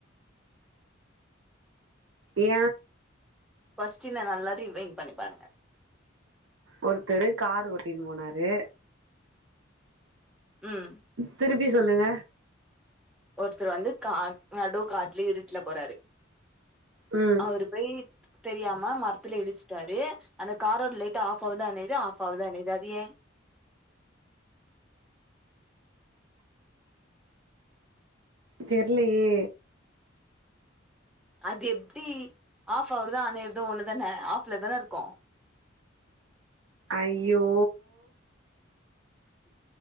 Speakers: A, on the right; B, in the centre.
A: ஏ
B: கொஸ்ட்டின நல்லா ரிவைன்ட் பண்ணி பாருங்க
A: ஒருத்தரு கார் ஒட்டின்னு போனாரு
B: ம்
A: திருப்பி சொல்லுங்க
B: ஒருத்தரு வந்து கா நடு காட்டுல இருட்டுல போறாரு
A: ம்
B: அவரு போயி தெரியாம மரத்துல இடிச்சுட்டாரு அந்த காரோட லைட்டு் ஆஃப் ஆகுது அனையுது ஆஃப் ஆகுது அனையுது அது ஏ
A: தெர்லயே
B: அது எப்டி ஆஃப் ஆவுறது அனையிறது ஒண்ணுதானே ஆஃப்ல தானே இருக்கு
A: ஐய்யோ